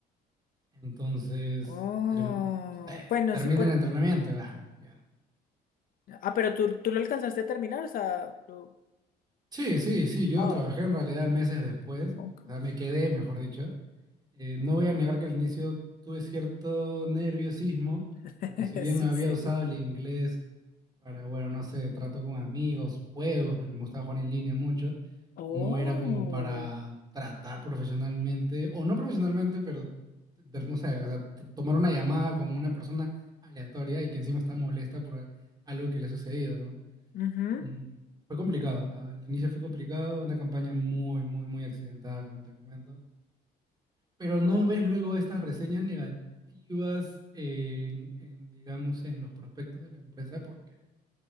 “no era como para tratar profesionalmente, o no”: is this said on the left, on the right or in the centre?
Right